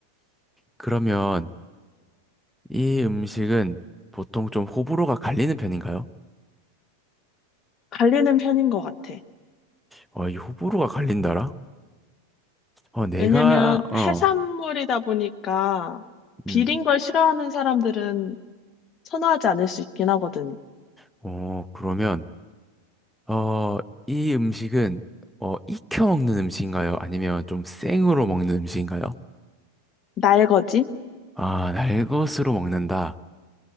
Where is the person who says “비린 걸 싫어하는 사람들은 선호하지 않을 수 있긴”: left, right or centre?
Left